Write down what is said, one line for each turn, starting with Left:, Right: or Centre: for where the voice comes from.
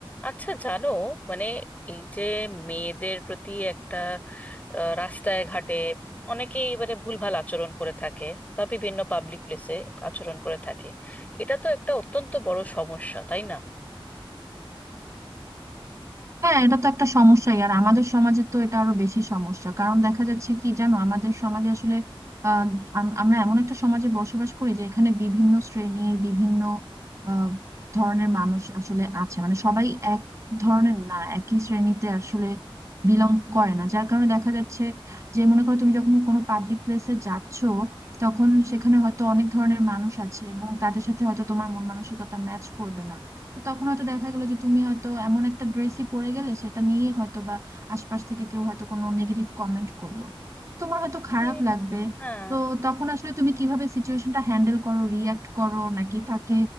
Left: আচ্ছা জানো মানে এই যে মেয়েদের প্রতি একটা আহ, রাস্তায় ঘাটে অনেকেই এবারে ভুলভাল আচরণ করে থাকে বা বিভিন্ন পাবলিক প্লেসে আচরণ করে থাকে এটা তো একটা অত্যন্ত বড় সমস্যা তাই না
Right: হ্যাঁ এটা তো একটা সমস্যাই আর আমাদের সমাজে তো এটা আরো বেশি সমস্যা কারণ দেখা যাচ্ছে কি জানো আমাদের সমাজে আসলে আহ, আম- আমরা এমন একটা সমাজে বসবাস করি যে এখানে বিভিন্ন শ্রেণীর বিভিন্ন আহ, ধরনের মানুষ আসলে আছে মানে সবাই এক ধরনের না একই শ্রেণীতে আসলে বিলং করে না যার কারণে দেখা যাচ্ছে যে মনে করো তুমি যখন কোনো পাবলিক প্লেসে যাচ্ছ তখন সেখানে হয়তো অনেক ধরনের মানুষ আছে এবং তাদের সাথে হয়তো তোমার মন মানসিকতা ম্যাচ করবে না তো তখন হয়তো দেখা গেলো যে তুমি হয়তো এমন একটা ড্রেসই পরে গেলে সেটা নিয়ে হয়তো বা আশপাশ থেকে কেউ হয়তো কোনো নেগেটিভ কমেন্ট করলো তোমার হয়তো খারাপ
Left: হুম,
Right: লাগবে
Left: হ্যাঁ
Right: তো তখন আসলে তুমি কিভাবে সিচুয়েশনটা হ্যান্ডেল করো রিয়াক্ট করো নাকি তাকে